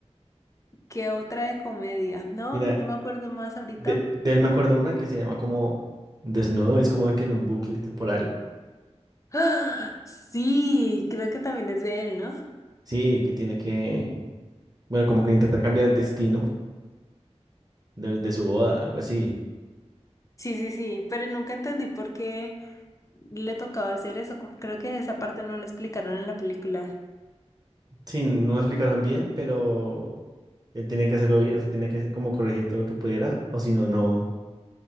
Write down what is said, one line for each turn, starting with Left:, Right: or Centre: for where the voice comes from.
Left: ¿Qué otra de comedia? No,
Right: Mira,
Left: no me acuerdo más ahorita.
Right: de, de él me acuerdo una que se llama como Desnudo, es como que en un bucle temporal.
Left: <gasps> ¡Ah! Sí, creo que también es de él, ¿no?
Right: Sí, que tiene que, bueno, como que intentar cambiar el destino de, de su boda, algo así.
Left: Sí, sí, sí, pero nunca entendí por qué le tocaba hacer eso. como- Creo que esa parte no la explicaron en la película.
Right: Sí, no lo explicaron bien, pero él tiene que hacerlo bien, o sea, tiene que como corregir todo lo que pudiera, o si no, no,